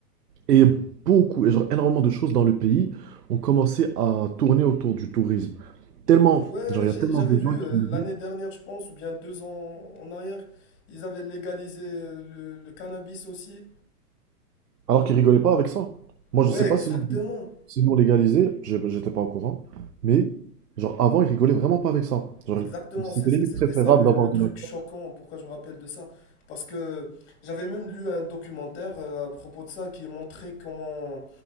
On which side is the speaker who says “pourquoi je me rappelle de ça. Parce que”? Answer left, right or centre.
Left